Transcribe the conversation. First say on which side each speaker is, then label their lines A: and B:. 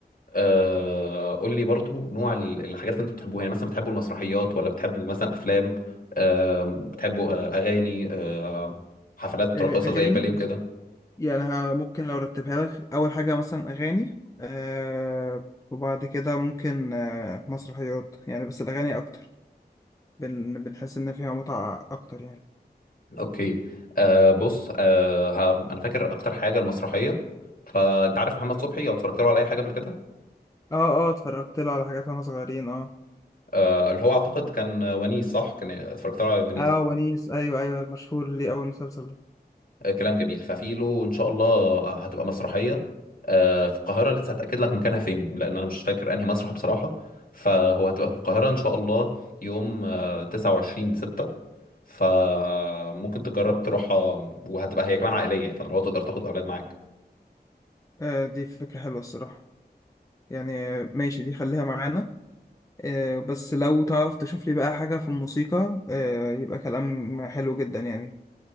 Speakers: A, on the left; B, on the left.
A: آه، قول لي برضو نوع ال- الحاجات اللي أنتوا بتحبوها يعني مثلا بتحبوا المسرحيات ولا بتحبوا مثلا أفلام آه، بتحبوا آه، أغاني آه، حفلات
B: آه
A: راقصة
B: اغاني
A: زي الباليه وكده
B: بص، يعني ه- ممكن لو رتبها لك اول حاجه مثلا اغاني آه وبعد كده ممكن آه مسرحيات يعني بس الاغاني اكتر بن بنحس ان فيها متعه اكتر يعني
A: اوكي آه بص آه ه- انا فاكر اكتر حاجه المسرحيه فانت عارف محمد صبحي او اتفرجت له على اي حاجه قبل كده
B: اه اه اتفرجت لها على حاجات وانا صغيرين اه
A: آه اللي هو اعتقد كان ونيس صح كان اتفرجت له على ونيس
B: اه ونيس ايوه ايوه مشهور ليه اول مسلسل ده
A: آه كلام جميل ففي له ان شاء الله هتبقى مسرحيه آه في القاهره لسه هتاكد لك مكانها فين لان انا مش فاكر انهي مسرح بصراحه فهو هتبقى في القاهره ان شاء الله يوم آه 29 6 فممكن تجرب تروحها وهتبقى هي كمان عائليه فاللي هو تقدر تاخد اولاد معاك
B: آه، دي فكرة حلوة الصراحة يعني آه، ماشي دي خليها معانا آه، بس لو تعرف تشوف لي بقى حاجة في الموسيقى آه، يبقى كلام حلو جدا يعني